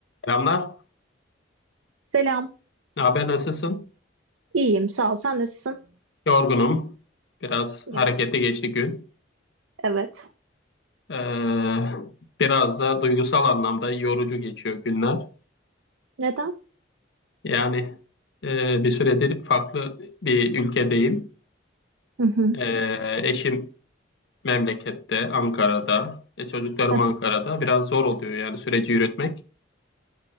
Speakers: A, on the left; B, on the right.
A: Selamlar.
B: Selam.
A: Ne haber? Nasılsın?
B: İyiyim, sağ ol. Sen nasılsın?
A: Yorgunum. Biraz
B: Ya,
A: hareketli geçti gün.
B: Evet.
A: Ee, biraz da duygusal anlamda yorucu geçiyor günler.
B: Neden?
A: Yani e, bir süredir farklı bir ülkedeyim.
B: Hı hı.
A: Ee, eşim memlekette, Ankara'da. E, çocuklarım
B: <laughs>
A: Ankara'da. Biraz zor oluyor yani süreci yürütmek.